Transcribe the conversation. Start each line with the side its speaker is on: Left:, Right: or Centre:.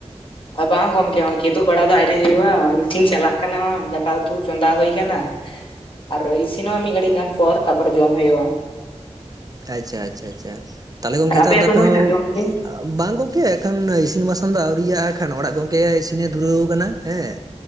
Left: ᱵᱟᱝ ᱜᱚᱢᱠᱮ ᱦᱚᱸᱜᱼᱚᱭ ᱠᱮᱫᱳᱜ ᱵᱟᱲᱟ ᱫᱚ ᱟᱭᱨᱤ ᱦᱩᱭᱩᱜᱼᱟ ᱤᱥᱤᱱ ᱪᱟᱞᱟᱜ ᱠᱟᱱᱟ ᱱᱚᱭ ᱫᱟᱠᱟ ᱩᱛᱩ ᱪᱚᱸᱫᱟ ᱦᱩᱭ ᱠᱟᱱᱟ ᱾ ᱟᱨ ᱤᱥᱤᱱᱚᱜᱼᱟ ᱢᱤᱫ ᱜᱷᱟᱹᱲᱤᱡ ᱜᱟᱱ ᱯᱚᱨ ᱛᱟᱯᱚᱨᱮ ᱡᱚᱢ ᱦᱩᱭᱩᱜᱼᱟ ᱾
Right: ᱟᱪᱪᱷᱟ ᱟᱪᱪᱷᱟ ᱟᱪᱷᱟ ᱛᱟᱦᱞᱮ ᱜᱚᱝᱠᱮ
Left: ᱟᱨ
Right: ᱱᱮᱛᱟᱨ
Left: ᱟᱯᱮᱭᱟᱜ
Right: ᱫᱚ ᱟᱯᱮ
Left: ᱦᱩᱭᱱᱟ
Right: ᱦᱚᱸ
Left: ᱡᱚᱢ ᱠᱤ
Right: ᱼᱼ ᱵᱟᱝ ᱜᱚᱝᱠᱮ ᱮᱱᱠᱷᱟᱱ ᱤᱥᱤᱱ ᱵᱟᱥᱟᱝ ᱫᱚ ᱟᱹᱣᱨᱤᱭᱟᱜᱼᱟ ᱮᱠᱷᱟᱱ ᱚᱲᱟᱜ ᱜᱚᱝᱠᱮ ᱤᱥᱤᱱᱮ ᱫᱷᱩᱨᱟᱹᱣ ᱟᱠᱟᱱᱟ ᱦᱮᱸ᱾